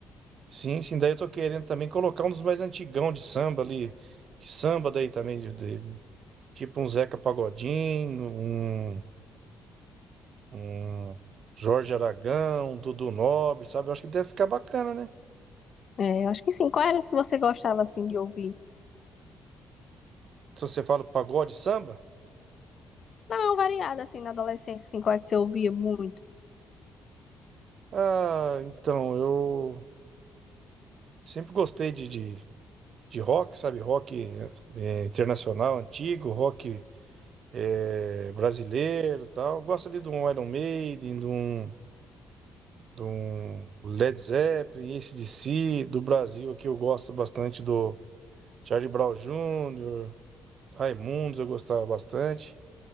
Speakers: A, on the right; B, on the left.
A: Sim, sim, daí eu tô querendo também colocar um dos mais antigão de samba ali, de samba daí também, de, de- tipo um Zeca Pagodinho, um, um Jorge Aragão, um Dudu Nobre, sabe? Eu acho que deve ficar bacana, né?
B: É, eu acho que sim. Qual era as que você gostava, assim, de ouvir?
A: Se você fala pagode samba,
B: Não, variada, assim, na adolescência, assim, qual é que você ouvia muito?
A: ah, então eu sempre gostei de, de de rock, sabe? Rock. é, internacional antigo, rock eh, brasileiro e tal. Gosto ali de um Iron Maiden, de um, de um Led Zeppelin, AC/DC, do Brasil aqui eu gosto bastante do Charlie Brown Jr., Raimundos eu gostava bastante.